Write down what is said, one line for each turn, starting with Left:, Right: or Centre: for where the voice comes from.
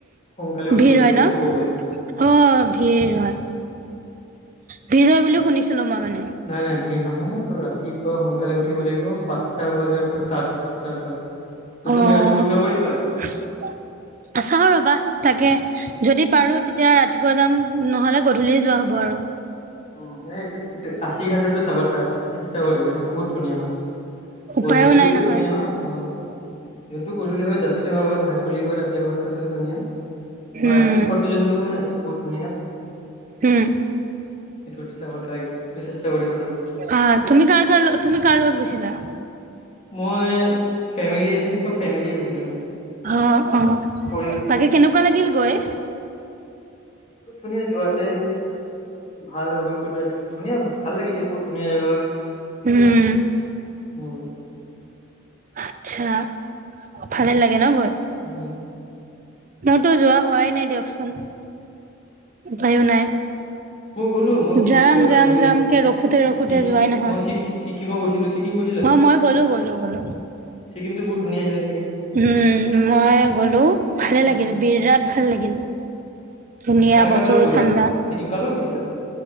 Left: সোনকালে উঠিব
Right: ভিৰ
Left: লাগিব
Right: হয় ন?
Left: এইটো প্ৰব্লেম।
Right: অ', ভিৰ হয়, ভিৰ হয়, বুলিও শুনিছিলো মই। মানে
Left: নাই, নাই ভি নহয়, ৰাতিপুৱা সোনকালে উঠিব লাগিব পাঁচটা বজাৰ পৰা ষ্টাৰট ষ্টাৰ্ট হয়। ত
Right: অ',
Left: তুমি ৰাতিপুৱা উঠিব পাৰিবা
Right: চাও ৰবা তাকে। যদি পাৰো তেতিয়া ৰাত ৰাতিপুৱা যাম, নহ'লে গধ ধূলি যোৱা হ'ব আৰু।
Left: উম, এ এই আশী ঘাটতো চাব ট্ৰা চেষ্টা কৰিব এইটো বহুত ধুনীয়া হয়।
Right: উপায়ো
Left: গধূলিতো
Right: নাই নহয়
Left: ধুনীয়া হয়, অ। যোনটো গধূলি হয়, <unintelligible> ঘাট বুলি কয় তাতে হয়, তাত ধুনীয়া বা
Right: উম
Left: ৰাতি ফটো যোনটো হয়, ন এইটো বহুত ধুনীয়া।
Right: উম
Left: সেইটো চাব ট্ৰাই সেইটো চেষ্টা কৰিব চাব
Right: অ', তুমি কাৰ কাৰ তুমি কাৰ লগত গৈছিলা?
Left: মই ফেমিলি আছিল, চব ফেমিলিয়ে গৈছিলো আমি।
Right: অ', অ',
Left: পৰিবেশ চব
Right: বাকী কেনেকুৱা লাগিল গৈ?
Left: বহুত ধুনীয়া যোৱাতে ভাল অভিজ্ঞতা আছিল। ধুনীয়া ভাল লাগিছে বহুত ধুনীয়া জেগা হয়।
Right: উম।
Left: তেনেকুৱা
Right: আতচ্ছা ভালে লাগে ন গৈ?
Left: উম
Right: মোৰতো যোৱা হোৱাই নাই দিয়কচোন। উপায়ো নাই।
Left: মই গ'লো মই বহুত
Right: যাম
Left: জেগাত
Right: যাম
Left: ঘূৰিছো
Right: যাম কে ৰখোতে ৰখোতে
Left: ছিকি
Right: যোৱাই নহয়,
Left: মই ছিকি ছিকিমো গৈছিলো ছিকিম গৈছিলা
Right: অ' মই গ'লো গলো গ'লো।
Left: ছিকিমতো বহুত ধুনীয়া <unintelligible>
Right: উম, মই গ'লো। ভালে
Left: উম
Right: লাগিল, বিৰাট ভাল লাগিল। ধুনীয়া,
Left: কাৰ
Right: বতৰো
Left: কাৰ লগত গ'লা
Right: ঠাণ্ডা।
Left: ছিকিম কাৰ লগত গৈছিলা